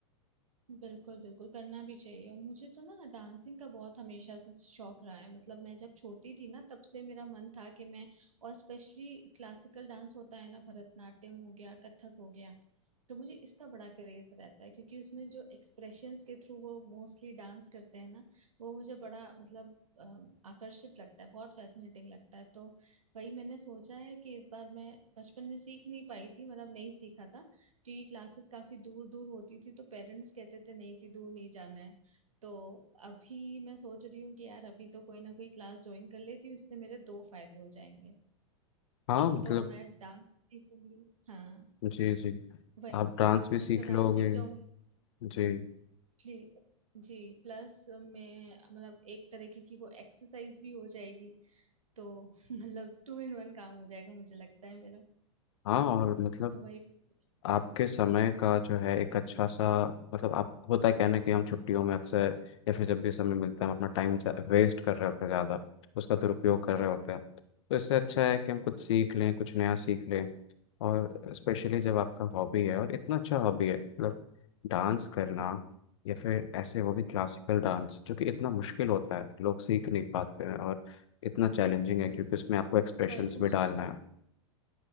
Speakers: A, on the right; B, on the left.
A: बिल्कुल बिल्कुल करना भी चाहिए और मुझे तो ना डांसिंग का बहुत हमेशा से शौक रहा है मतलब मैं जब छोटी थी ना तब से मेरा मन था कि मैं और स्पेशली क्लासिकल डांस होता है ना भरतनाट्यम हो गया कथक हो गया तो मुझे इसका बड़ा क्रेज रहता है क्योंकि उसमें जो एक्सप्रेशंस के थ्रू वो मोस्टली डांस करते हैं ना वो मुझे बड़ा मतलब अम, आकर्षित लगता है बहुत फैसिनेटिंग लगता है तो वही मैंने सोचा है कि इस बार मैं बचपन में सीख नहीं पाई थी मतलब नहीं सीखा था क्योंकि क्लासेस काफी दूर दूर होती थी तो पेरेंट्स कहते थे नहीं थी दूर नहीं जाना है तो अभी मैं सोच रही हूँ कि यार अभी तो कोई ना कोई क्लास ज्वाइन कर लेती हूँ इससे मेरे दो फायदे हो जाएंगे
B: हाँ
A: एक
B: मतलब
A: तो मैं डांस सीखूंगी हाँ
B: जी जी
A: वही
B: आप डांस भी सीख
A: एक तो डांस
B: लोगे
A: सीख जाऊंगी
B: जी
A: प्ली- जी प्लस मैं मतलब एक तरीके की वो एक्सरसाइज भी हो जाएगी तो <laughs> मतलब टू इन वन काम हो जाएगा मुझे लगता है मेरा
B: हाँ और मतलब
A: तो वही
B: आपके
A: हम्म,
B: समय का जो है एक अच्छा सा मतलब आप होता है कहना कि हम छुट्टियों में अक्सर या फिर जब भी समय मिलता है हम अपना टाइम वेस्ट कर रहे होते हैं ज़्यादा उसका दुरुपयोग कर
A: बिल्कुल
B: रहे होते हैं तो इससे अच्छा है कि हम कुछ सीख लें
A: हम्म
B: कुछ नया सीख लें और स्पेशली जब आपका हॉबी है और इतना अच्छा हॉबी है मतलब डांस करना
A: हम्म,
B: या फिर ऐसे वो भी क्लासिकल डांस जो कि इतना मुश्किल होता है लोग सीख नहीं पाते हैं और इतना चैलेंजिंग है
A: बिल्कुल
B: क्योंकि उसमें आपको एक्सप्रेशंस
A: वही तो मुझे
B: भी डालना
A: तो लेकिन
B: है